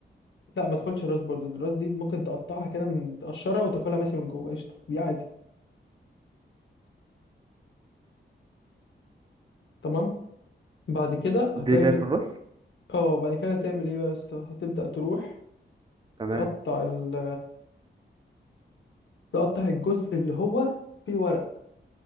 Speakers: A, on the left; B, on the right.
A: لا ما تاكلش الراس برضو الراس دي ممكن تقطعها كده من- تقشرها وتاكلها ماشي من جوه قشطه دي عادي تمام بعد كده
B: ديل
A: هتعمل
B: ليا في الراس
A: اه بعد كده هتعمل ايه بقى يا اسطى هتبدا تروح
B: تمام
A: تقطع ال تقطع الجزء اللي هو فيه الورق